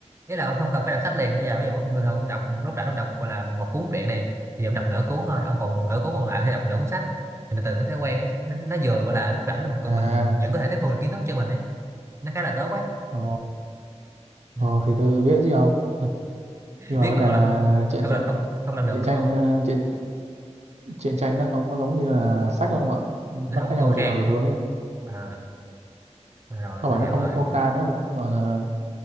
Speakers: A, on the right (about 25°); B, on the right (about 65°).
A: ý là ông không cần phải đọc sách liền bây giờ ví dụ ông
B: Ừ.
A: thường thường ông đọc lúc rảnh ông đọc gọi là một cuốn truyện đi thì ông đọc nửa cuốn thôi ông còn nửa cuốn còn lại thì đọc nửa cuốn sách thì nó từ nó thói quen ấy, cái- nó, nó vừa gọi là lúc rảnh mà còn
B: à
A: mình vẫn có thể tiếp thu được kiến thức cho mình ấy nó khá là tốt ấy
B: ồ
A: ừ.
B: ồ thì tôi biết chứ không <laughs> nhưng mà
A: biết
B: vấn
A: mà
B: đề
A: không
B: là
A: làm được
B: chuyện
A: không
B: chuyện
A: là không không làm được
B: chuyện
A: đúng
B: tranh
A: không
B: ờ, chuyện truyện tranh nó không có giống như là sách không ạ nó
A: nó không có
B: khác
A: khô
B: nhau một
A: khan
B: trời vực luôn đi,
A: à, à rồi
B: không
A: tôi
B: phải
A: hiểu
B: nó không
A: rồi
B: khô khan nữa mà, mà ờ,